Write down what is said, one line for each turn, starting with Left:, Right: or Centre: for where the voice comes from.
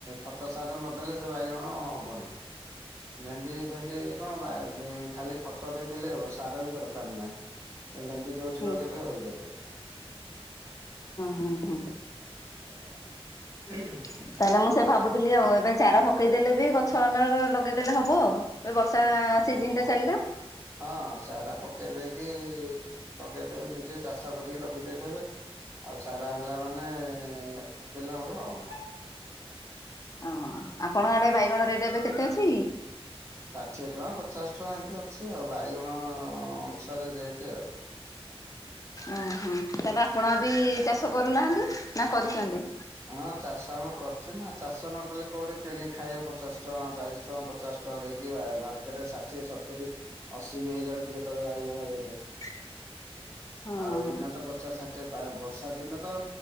Right: ଖତ ସାର ନଦେଲେ ସେ ବାଇଗଣ ହବନି। ଭେଣ୍ଡି ଫେଣ୍ଡି କଣ ବ ଖାଲି ଖତ ଦେଇଦେଲେ ହବ ସାର ବି ଦରକାର ନା। ଏ ଭେଣ୍ଡି ଯୋଉଠି
Left: ହୁଁ
Right: ଲଗେଇଦବ ହେଇପାରିବ।
Left: ଉଁ ହୁଁ।
Right: <unintelligible>
Left: <unintelligible> ମୁଁ ସେ ଭାବୁଥିଲି ଆଉ। ଏବେ ଚାରା ପକେଇଦେଲେ ବି ଗଛ ଆମର ଲଗେଇଦେଲେ ହବ ଆଉ। ଏ ବର୍ଷା
Right: ହଁ
Left: ସିଜିନ
Right: ହଁ,
Left: ଟା ଚାଲିଲା
Right: ହଁ ସାର ପକେଇ ଦେଇକି ଲଗେଇଦେବେ ନିଜେ ଚାଷ କରିକି ରଖିଦେଇଥିବେ। ଆଉ ଚାରା ହେଲା ମାନେ ରୋଇଦେଲେ ହବ ଆଉ।
Left: ଅଁ ଆପଣଙ୍କ ଆଡେ ବାଇଗଣ ରେଟ୍ ଏବେ କେତେ ଅଛି?
Right: ଷାଠିଏ ଟଙ୍କା, ପଚାଶ ଟଙ୍କା ଏନ୍ତି ଅଛି ଆଉ। ବାଇଗଣ ଅନୁସାରେ ରେଟ୍ ଆଉ।
Left: ଅଁହଁ, ତାହେଲେ ଆପଣ ବି ଚାଷ କରୁନାହାନ୍ତି ନା କରିଛନ୍ତି?
Right: ହଁ ଚାଷ ଆମେ କରିଚୁ ନା। ଚାଷ ନ କଲେ କୋଉଠି କିଣିକି ଖାଇବା ପଚାଶ ଟଙ୍କା, ଚାଳିଶ ଟଙ୍କା, ପଚାଶ ଟଙ୍କା ଦେଇକି ଆଉ <unintelligible> ଷାଠିଏ, ସତୁରି ଅଶୀ ବି ହେଇଯାଉଛି କେତେବେଳେ ବାଇଗଣ ରେଟ।
Left: <inaudible> ହଁ।
Right: ଆଉ ଏଇନା ତ ପଚାଷ, ଷାଠିଏ। ବା ବର୍ଷା ଦିନ ତ